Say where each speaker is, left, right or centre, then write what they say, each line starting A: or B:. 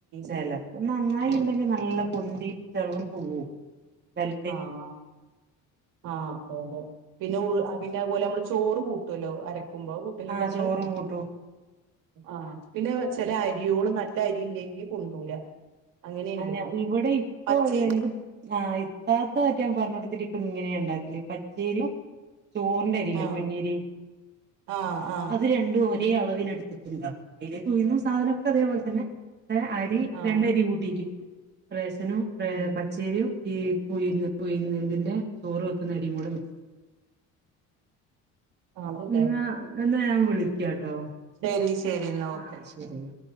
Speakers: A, on the right; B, on the right.
A: ചെല
B: ഉം
A: പ്പൊ നന്നായിണ്ടെങ്കി നല്ല പൊന്തി ചെലപ്പൊ തൂവും ചെൽ
B: ആഹ് ആഹ് അതെയതെ പിന്നെ പിന്നെതുപോലെ മ്മള് ചോറ് കൂട്ടോല്ലോ അരക്കുമ്പോ അത് കൂ ട്ടല്ണ്ടോ
A: ആഹ്
B: ഇങ്ങള്
A: ചോറും കൂട്ടും
B: ആഹ് പിന്നത് വെച്ചാൽ അ അരിയോള് നല്ലരില്ലെങ്കി പൊന്തൂല അങ്ങനെയുണ്ട്
A: അല്ല ഇവിടെ ഇപ്പോ
B: പച്ചരി
A: എന്റെ ആഹ് താത്തറ്റ ഞാൻ പറഞൊട്ത്തിട്ട് ഇപ്പങ്ങനെയാ ഇണ്ടാക്കല് പച്ചേരിയും ചോറിന്റരിയില്ലെ
B: ആഹ്
A: പൊന്നിയരി
B: ആഹ് ആഹ്
A: അത് രണ്ടും ഒ രേ അളവില് എട്ത്തിട്ടുണ്ടാവും അതിലേക്കുഴുന്നും സാധനൊക്കതേപോലെ തന്നെ അരി
B: ആഹ്
A: രണ്ടരി കൂട്ട റേഷനും ഏഹ്
B: ഉം
A: പച്ചേരിയും ഈ ഉയ്ന്ന് ഉയ്ന്ന്തിന്റെ ചോറ് വെക്കുന്നരിയും കൂടെ മി
B: ആണല്ലേ
A: ന്നാ എന്നാ ഞാൻ വിളിക്കാട്ടോ
B: ശരി ശരി എന്നാ ഓക്കെ
A: ആഹ് ശരിന്നാ